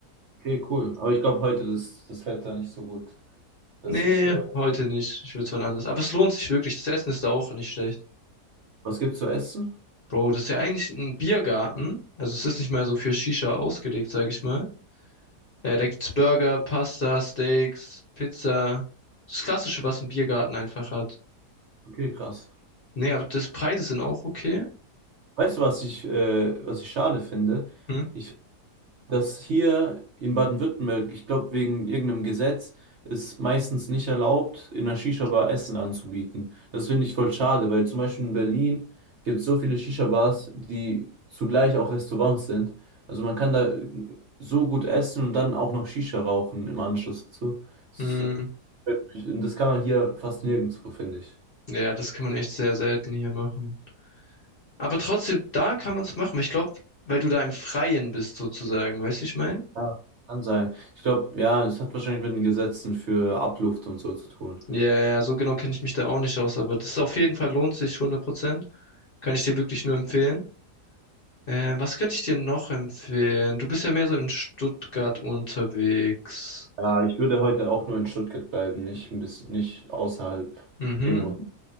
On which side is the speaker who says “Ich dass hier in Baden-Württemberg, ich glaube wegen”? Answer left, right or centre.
Right